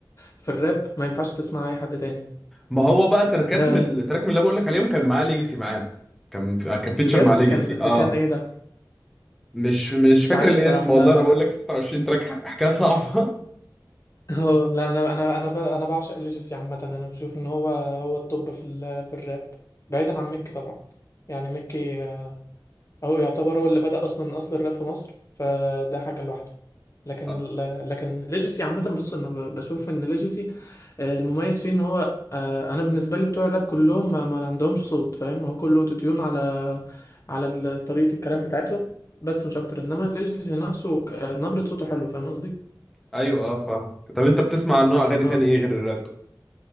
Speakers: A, on the left (about 40°); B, in the centre.
A: في الراب ما ينفعش تسمع اي حد تاني
B: ما هو بقى تراكات
A: ده
B: من التراك من اللي بقول لك عليهم كان معاه ليجاسي معاه كان كان فيتشر
A: بجد
B: مع ليجاسي
A: كان
B: اه
A: ده كان ايه ده
B: مش مش
A: مش
B: فاكر
A: عارف
B: الاسم
A: الصراحه
B: والله
A: ده
B: انا بقول لك 26 تراك حكايه صعبه
A: اه لا انا انا انا ب- انا بعشق ليجسي عامه انا بشوف ان هو هو التوب في ال- في الراب بعيدا عن ميكي طبعا يعني ميكي آه، هو يعتبر هو اللي بدأ اصلا اصل الراب في مصر فده حاجه لوحده لكن
B: <laughs>
A: ال... لكن ليجسي عامه بص انا ب- بشوف ان ليجسي آه، المميز فيه ان هو آه، انا بالنسبه لي بتوع الراب كلهم ما, ما عندهمش صوت فاهم هو كله اوتو تيون على على ال- طريقه الكلام بتاعتهم بس مش اكتر انما ليجسي نفسه ك- آه، نبره صوته حلوه فاهم قصدي
B: ايوه اه فاهم طب انت بتسمع عن نوع اغاني
A: اه
B: تاني ايه غير الراب